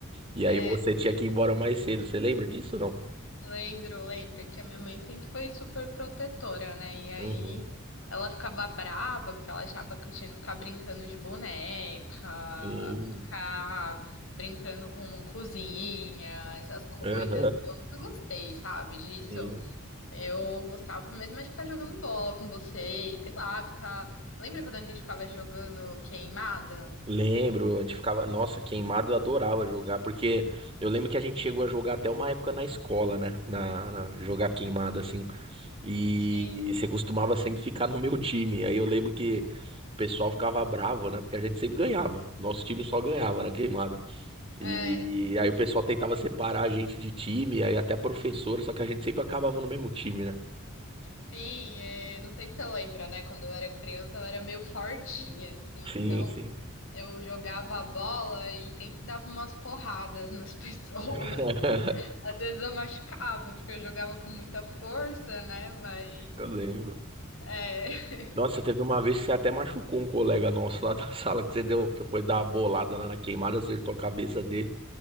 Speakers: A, on the right (about 25°); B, on the left (about 65°).
A: E
B: É,
A: aí você tinha que ir embora mais cedo, você lembra disso, ou não?
B: lembro, lembro que a minha mãe sempre foi super protetora, né? E aí
A: Uhum,
B: ela ficava brava porque ela achava que eu tinha que ficar brincando de boneca,
A: sim.
B: ficar brincando com cozinha, essas coisas.
A: Aham,
B: Eu nunca gostei, sabe, disso.
A: sim.
B: Eu gostava mesmo mais de ficar jogando bola com você, e sei lá, ficar. Lembra quando a gente ficava jogando queimada?
A: Lembro, a gente ficava, nossa, queimado eu adorava jogar, porque eu lembro que a gente chegou a jogar até uma época na escola, né? Na, na- jogar queimada assim. E
B: Sim.
A: você costumava sempre ficar no meu time. Aí eu lembro que o pessoal ficava bravo, né? Porque a gente sempre ganhava. Nosso time só ganhava na queimada.
B: É,
A: E aí o pessoal tentava separar a gente de time, aí até a professora, só que a gente sempre acabava no mesmo time, né?
B: sim, é, não sei se você lembra, né? Quando eu era criança, eu era meio fortinha, assim,
A: Sim,
B: então
A: sim.
B: eu jogava a bola e sempre dava umas porradas nas <laughs> pessoas.
A: <laughs>
B: Às vezes eu machucava, porque eu jogava com muita força, né? Mas.
A: Eu lembro.
B: É, <laughs>
A: Nossa, teve uma vez que você até machucou um colega nosso lá da <laughs> sala que você deu, você foi dar uma bolada lá na queimada, acertou a cabeça dele,